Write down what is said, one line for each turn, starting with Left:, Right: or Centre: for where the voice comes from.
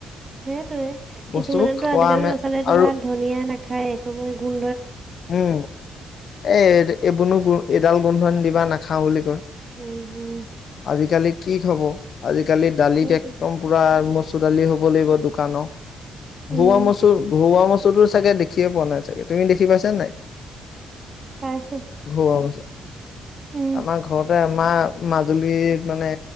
Right: সেইটোয়ে
Left: বস্তুবোৰ
Right: কিছুমানেতো
Left: খোৱা
Right: আজিকালি
Left: আমে
Right: নচালে তোমাৰ
Left: আৰু
Right: ধুনিয়া নাখায় এ কবই গুন
Left: উম এ এইবোন নো গোন্ধ এইডাল গোন্ধনি দিবা নাখাওঁ বুলি কয়
Right: উম উম
Left: আজিকালি কি খাব আজিকালি দালিত একদম
Right: সেইটোৱে।
Left: পোৰা মচুৰ দালি হ'ব লাগিব দোকানৰ
Right: উম
Left: ঘৰুৱা মচুৰ ঘৰুৱা মচুৰটো চাগে দেখিয়ে পোৱা নাই চাগে তুমি দেখি পাইছা নাই?
Right: পাইছো
Left: ঘৰুৱা মাছে
Right: উম
Left: আমাৰ ঘৰতে আমাৰ মাজুলীৰ মানে